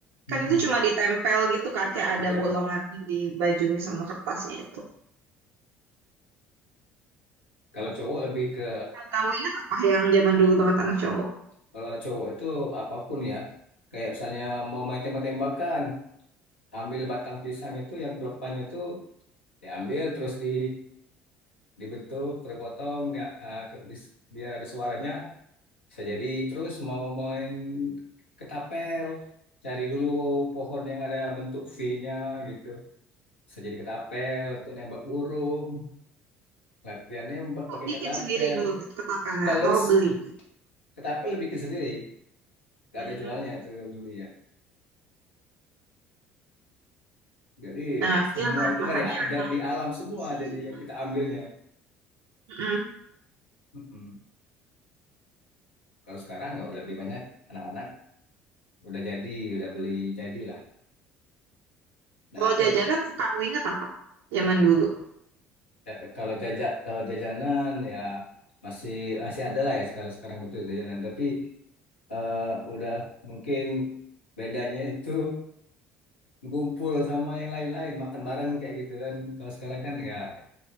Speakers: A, on the left (about 80°); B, on the right (about 60°).
A: Mm-mm.
B: kan itu cuma ditempel gitu kan kayak
A: Iya.
B: ada bolongannya di bajunya sama kertasnya itu
A: Kalau cowok lebih ke
B: Yang kamu ingat apa yang zaman dulu banget anak cowok
A: kalau ada cowok itu apapun ya. Kayak misalnya mau main tembak-tembakan, ambil batang pisang itu yang pelepahnya itu diambil terus di dibentuk terpotong ya, eh, ke- dis- biar ada suaranya bisa jadi terus mau main ketapel cari dulu pohon yang ada bentuk V-nya gitu bisa jadi ketapel untuk nembak burung latihan nembak
B: Aku
A: pakai
B: bikin
A: ketapel
B: sendiri dulu gitu, ketapelnya
A: kalau
B: atau
A: s-
B: beli
A: ketapel bikin sendiri gak
B: Hmm.
A: ada jualnya itu kalau dulu ya jadi
B: Nah,
A: semua
B: iya kan,
A: itu
B: makanya
A: dari a-
B: memang
A: da- di alam semua
B: isi
A: jadi
B: sih.
A: yang kita ambilnya
B: Mm-mm.
A: Mm-mm. kalau sekarang nggak lebih banyak anak-anak udah jadi udah beli jadi lah Nah,
B: Kalau
A: itu
B: jajanan kamu ingat apa? Zaman dulu.
A: eh, kalau jajak kalau jajanan ya masih masih ada lah ya sekarang sekarang itu jajanan, tapi eh, udah mungkin bedanya itu ngumpul sama yang lain-lain makan bareng kayak gitu kan. Kalau sekarang kan nggak.